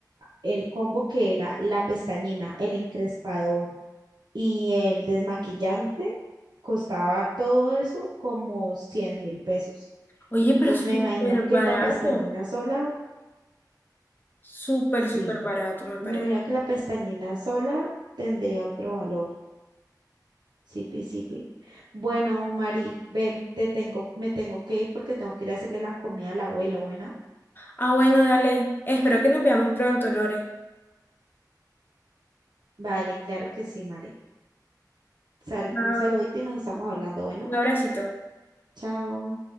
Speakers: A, on the right; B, on the left.
A: el combo que era la pestañina, el encrespador, y el desmaquillante costaba todo eso como cien mil pesos.
B: Oye,
A: Entonces
B: pero súper
A: me imagino
B: barato.
A: que la pestañina sola,
B: Súper,
A: sí,
B: súper barato, me parece.
A: me imagino que la pestañina sola tendría otro valor. Sí, pi, sí, pi. Bueno, Mari, ven, te tengo, me tengo que ir porque tengo que ir a hacerle la comida al abuelo, bueno.
B: Ah, bueno, dale. Espero que nos veamos pronto, Lore.
A: Vale, claro que sí, Mari. Sal-
B: Chao.
A: un saludito y nos estamos hablando, bueno.
B: Un abracito.
A: Chao.